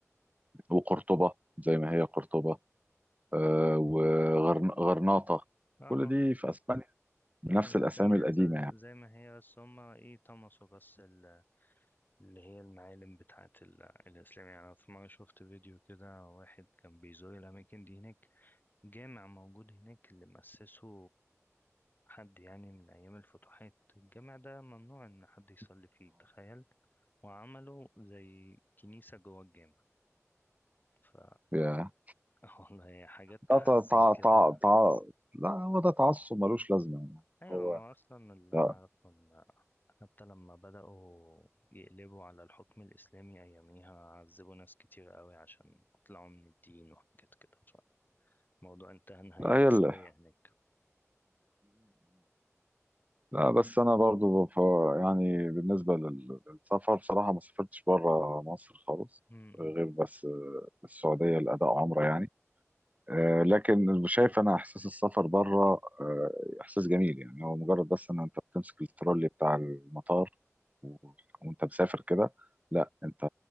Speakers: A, on the right; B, on the left.
A: وقرطبه زي ما هي قرطبه آه وغرناطه
B: اه آه.
A: كل دي في اسبانيا بنفس
B: يعني الأسامي
A: الاسامي
B: لسه
A: القديمه يعني
B: زي ما هي بس هما إيه طمسوا بس ال- اللي هي المعالم بتاعة ال- الإسلام يعني أنا في مرة شفت فيديو كده واحد كان بيزور الأماكن دي هناك جامع موجود هناك اللي مؤسسه حد يعني من أيام الفتوحات الجامع ده ممنوع إن حد يصلي فيه تخيل وعملوا زي كنيسة جوه الجامع ف
A: اه
B: <laughs> والله حاجات تحزن
A: ده تع... تع...
B: كده
A: تع... تع... لا هو ده تعصب ملوش لازمة يعني
B: أيوة
A: هو
B: هو أصلا اللي
A: لا
B: أنا أعرفه حتى لما بدأوا يقلبوا على الحكم الإسلامي أياميها عذبوا ناس كتير قوي عشان يطلعوا من الدين وحاجات كده فالموضوع انتهى نهاية
A: لا
B: مأساوية
A: هي اللي
B: هناك
A: لا بس انا برضو ف... يعني بالنسبة لل- للسفر بصراحة ما سافرتش بره مصر خالص
B: امم امم،
A: غير بس السعودية لأداء عمرة يعني آه، لكن شايف انا احساس السفر بره آه، احساس جميل يعني هو مجرد بس ان انت بتمسك الترولي بتاع المطار و... وانت مسافر كده لا انت